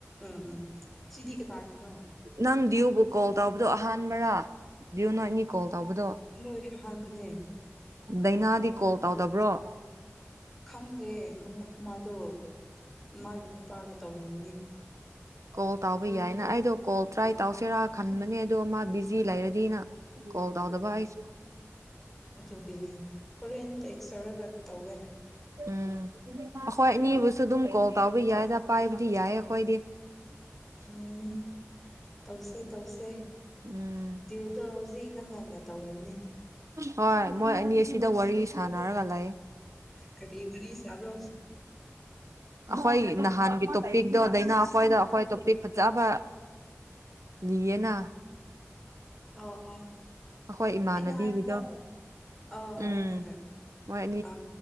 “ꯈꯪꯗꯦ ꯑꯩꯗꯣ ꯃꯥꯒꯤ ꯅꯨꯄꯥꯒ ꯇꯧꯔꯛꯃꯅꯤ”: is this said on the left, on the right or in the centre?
Centre